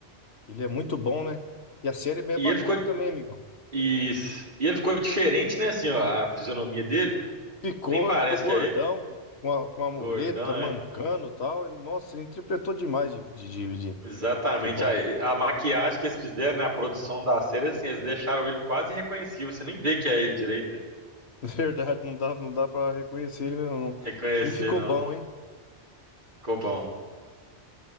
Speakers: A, on the left; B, on the right.
A: ele é muito bom, né? E a série é bem
B: e
A: bacana
B: ele ficou,
A: também, amigão.
B: isso. e ele ficou diferente, né, assim, ó, a fisionomia dele,
A: Ficou,
B: nem parece
A: ele ficou gordão,
B: que é ele.
A: com a, com a
B: Gordão,
A: muleta, mancando
B: é?
A: e tal. Ele, nossa, ele interpretou demais de, de, de, de-
B: Exatamente.
A: de bom.
B: A, a maquiagem que eles fizeram na produção da série, assim, eles deixaram ele quase irreconhecível. Você nem vê que é ele direito.
A: <laughs> Verdade, não dá, não dá para reconhecer ele mesmo, não.
B: Reconhecer,
A: E ficou
B: não.
A: bom, hein?
B: Ficou bom.